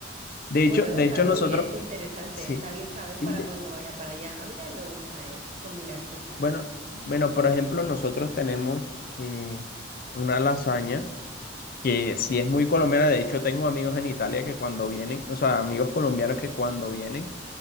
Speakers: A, on the left; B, on the right.
A: De hecho,
B: bueno,
A: de
B: está
A: hecho
B: muy
A: nosotros,
B: bien, muy interesante.
A: sí,
B: Está bien saber
A: sí,
B: para
A: de-
B: cuando vaya para allá. A mí también me gusta, eh, combinar cosas.
A: bueno, bueno, por ejemplo, nosotros tenemos eh, una lasaña que sí es muy colombiana, de hecho tengo amigos en Italia que cuando vienen, o sea, amigos colombianos que cuando vienen